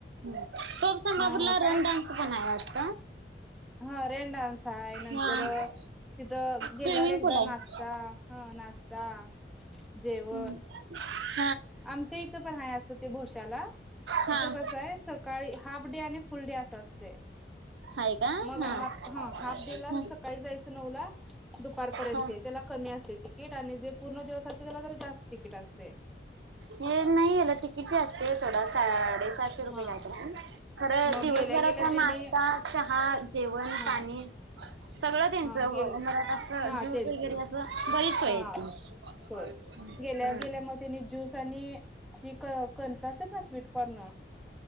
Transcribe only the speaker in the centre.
हा
हा काय
हा रेन डान्स आहेाय नंतर
तिथं गेल्यावर
एकदा
नाचता ह- नाश्ता, जेव-
आमच्या इथं पण आहे असतं ते भोशाला- तिथं
कसं आहे, सकाळी हाफ डे आणि फुल डे असं असत.
मग
हाफ, हा हाफ डे
ला सकाळी जायचं नऊ ला दुपारपर्यंत
त्याला कमी असते तिकीट. आणि जे पूर्ण दिवस असते, त्याला तर जास्त तिकीट असते.
हा
मग
गेल्या गेल्या त्याने
हा
हा गेल
हा
त्यांच
हा
सोय
गेल्या गेल्या मग त्यांनी ज्यूस आणि ती कणसाचा अस ना स्वीटकॉर्नर-